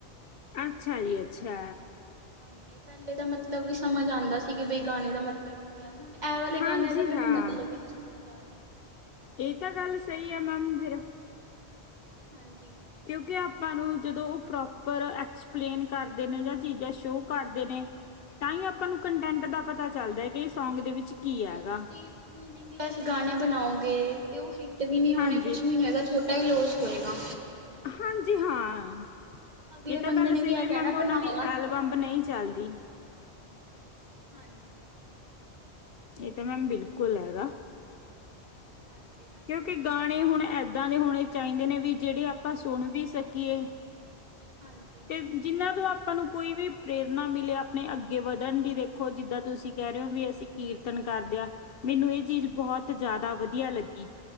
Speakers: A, on the left; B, on the right.
A: ਅੱਛਾ ਜੀ ਅੱਛਾ
B: ਹਾਂਜੀ ਪਹਿਲੇ ਦਾ ਮਤਲਬ ਵੀ ਸਮਝ ਆਉਂਦਾ ਸੀ ਕਿ ਬਈ ਗਾਣੇ ਦਾ ਮਤਲਬ ਕੀ ਹੈ, ਹੁਣ ਐ ਵਾਲੇ
A: ਹਾਂਜੀ
B: ਗਾਣਿਆਂ ਦੇ ਮੈਨੂੰ
A: ਹਾਂ
B: ਮਤਲਬ ਹੀ ਨੀ ਸ ਜਾ ਰਿਹਾ
A: ਇਹ ਤਾਂ ਗੱਲ ਸਹੀ ਆ ਮੈਮ ਫੇਰ
B: ਹਾਂਜੀ
A: ਕਿਉਂਕਿ ਆਪਾਂ ਨੂੰ ਜਦੋਂ ਉਹ ਪ੍ਰੌਪਰ ਐਕਸਪਲੇਨ ਕਰਦੇ ਨੇ ਜਾਂ ਚੀਜ਼ਾਂ ਸ਼ੋ ਕਰਦੇ ਨੇ ਤਾਂ ਹੀ ਆਪਾਂ
B: ਹਾਂਜੀ।
A: ਨੂੰ ਕੰਟੈਂਟ ਦਾ ਪਤਾ ਚੱਲਦਾ ਹੈ ਕਿ ਸੌਂਗ ਦੇ ਵਿੱਚ ਕੀ ਹੈਗਾ
B: ਜੇ ਤੁਸੀਂ ਮੀਨਿੰਗਲੈਸ ਗਾਣੇ ਬਣਾਓਗੇ, ਤੇ ਉਹ ਹਿੱਟ ਵੀ ਨਹੀਂ ਹੋਣੇ
A: ਹਾਂਜੀ
B: ਕੁਛ ਵੀ ਨਹੀਂ ਹੋਏਗਾ, ਥੋਡਾ ਹੀ ਲੋਸ ਹੋਏਗਾ।
A: ਹਾਂਜੀ ਹਾਂ
B: ਅਗਲੇ
A: ਇਹ ਤਾਂ
B: ਬੰਦੇ
A: ਗੱਲ
B: ਨੇ
A: ਸਹੀ
B: ਵੀ ਇਹ
A: ਹੈ
B: ਕਹਿਣਾ
A: ਮੈਮ ਉਹਨਾਂ
B: ਬਣਾਇਆ
A: ਦੀ
B: ਕੀ
A: ਐਲਬਮ
B: ਏ।
A: ਨਹੀਂ ਚੱਲਦੀ।
B: ਹਾਂਜੀ
A: ਇਹ ਤਾਂ ਮੈਮ ਬਿਲਕੁਲ ਹੈਗਾ
B: ਹਾਂਜੀ ਹਾਂਜੀ
A: ਕਿਉਂਕਿ ਗਾਣੇ ਹੁਣ ਐਦ ਗਾਣੇ ਹੋਣੇ ਚਾਹੀਦੇ ਨੇ ਵੀ ਜਿਹੜੇ ਆਪਾਂ ਸੁਣ ਵੀ ਸਕੀਏ
B: ਹਾਂਜੀ
A: ਤੇ ਜਿੰਨਾ ਤੋਂ ਆਪਾਂ ਨੂੰ ਕੋਈ ਵੀ ਪ੍ਰੇਰਨਾ ਮਿਲੇ ਆਪਣੇ ਅੱਗੇ ਵਧਣ ਦੀ ਦੇਖੋ ਜਿੱਦਾਂ ਤੁਸੀਂ ਕਹਿ ਰਹੇ ਹੋ ਵੀ ਅਸੀਂ ਕੀਰਤਨ ਕਰਦੇ ਆ ਮੈਨੂੰ ਇਹ ਚੀਜ਼ ਬਹੁਤ ਜ਼ਿਆਦਾ ਵਧੀਆ ਲੱਗੀ